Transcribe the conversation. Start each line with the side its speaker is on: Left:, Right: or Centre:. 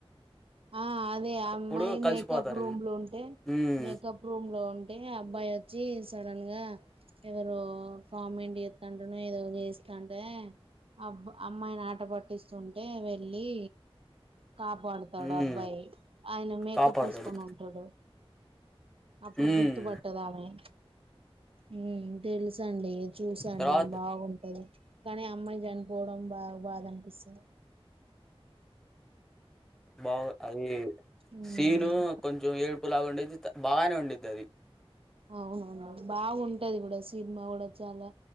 Right: ఆ అదే అమ్మాయి
Centre: అప్పుడు కలిసిపోతారు
Right: మేకప్ రూమ్లో ఉంటే
Centre: ఉమ్
Right: మేకప్ రూమ్లో ఉంటే అబ్బాయి వచ్చి సడన్గా ఎవరో కామెంట్ చెత్తంటేనో ఏదో చేస్తాంటేనే అబ్బ అమ్మాయిని ఆట పట్టిస్తుంటే వెళ్ళి కాపాడుతాడు
Centre: ఉమ్
Right: అబ్బాయి ఆయన మేకప్
Centre: కాపాడతాడు
Right: వేసుకొని ఉ డుడు అప్పుడు
Centre: ఉమ్
Right: గుర్తు పట్టదామె ఉమ్ తెలుసండి చూసాను
Centre: తర్వాత
Right: బాగుంటది. కనీ అమ్మాయి చనిపోవడం బాగా బాధ అనిపిస్తది.
Centre: బాగు అది
Right: ఉమ్
Centre: సీను కొంచెం ఏడుపు లాగా ఉండేదిత బాగనే ఉండిద్ది అది.
Right: అవునవును బాగుంటది గుడా సినిమా గుడ చాలా